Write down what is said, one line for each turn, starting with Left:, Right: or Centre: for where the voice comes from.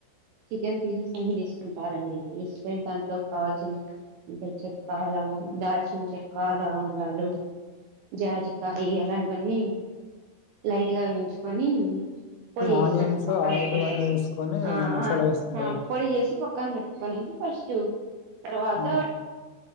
Right: చికెన్ పీసెస్ అనే తీసుకుంటారండి తీసుకొని దాంట్లో కావాల్సిన అంటే చెక్క లవన్ దాల్చిన చెక్క లావంగాలు జాజికా <unintelligible> అలాంటివన్నీ లైట్ గా వేయించుకొని. పొడి చేసి
Left: ఆనియన్స్
Right: పెట్టి పక్కన
Left: ఆయిల్
Right: పెట్టుకుంటారు
Left: అవన్నీ వేసుకొని
Right: ఆ
Left: మసాలా వేసుకుంటారు
Right: ఆ
Left: కదా
Right: పొడి చేసి పక్కన పెట్టుకునీ ఫస్ట్ తరువాత
Left: ఆ,